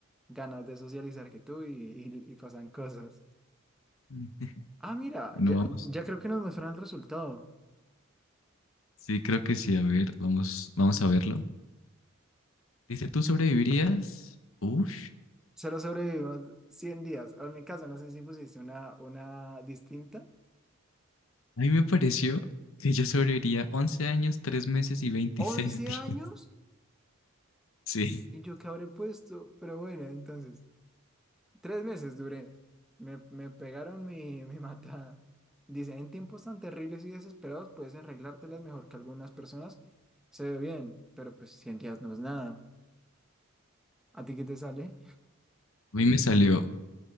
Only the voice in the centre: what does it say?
ganas de socializar que tú y, y- y pasan cosas.
Ah, mira,
ya,
ya creo que nos muestran el resultado.
Solo sobrevivimos 100 días. O en mi caso, no sé si pusiste una, una distinta.
once
años
y yo que habré puesto, pero bueno, entonces. Tres meses duré. Me, me pegaron mi, <laughs> mi matada. Dice, en tiempos tan terribles y desesperados puedes arreglártelas mejor que algunas personas. Se ve bien, pero pues 100 días no es nada. ¿A ti qué te sale?